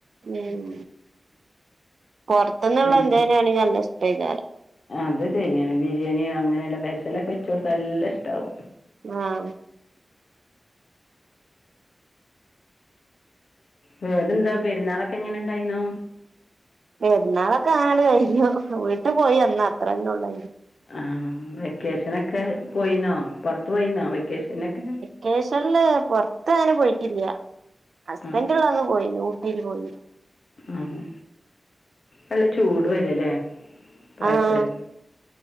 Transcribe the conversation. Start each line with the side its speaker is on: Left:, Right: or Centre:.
Right: ഉം പൊർത്തൊന്നുള്ള
Left: അങ്ങനെ
Right: എന്തെയ്നെയാണ് നല്ലയിഷ്ട്ടായികാരം
Left: അത് ശരിയാണ് ബിരിയാണിയോ അങ്ങനെള്ള ഫെഷലൊക്കെ വെച്ച് കൊടുത്ത നല്ല ഇഷ്ടാവും
Right: ആഹ്
Left: വേറെന്താ പെരുന്നാളൊക്കെ എങ്ങനെണ്ടായീന്നു?
Right: പെരുന്നാളൊക്കെ അങ്ങട് കഴിഞ്ഞു വീട്ടു പോയി വന്ന് അത്രന്നേ ഉള്ളായിര്ന്ന്
Left: ആഹ് വെക്കേഷനൊക്കെ പോയീന്നോ പൊറത്ത് പോയീന്നോ വെക്കേഷനൊക്കെ
Right: കേഷനില് പൊർത്ത് അങ്ങനെ പോയിട്ടില്യ ഹസ്ബൻഡള്ളന്ന്
Left: ആ
Right: പോയീന്നു ഊട്ടീല് പോയി
Left: ആഹ് നല്ല ചൂടു വെയിലല്ലേ ഇപ്രാവശ്യം
Right: ആഹ്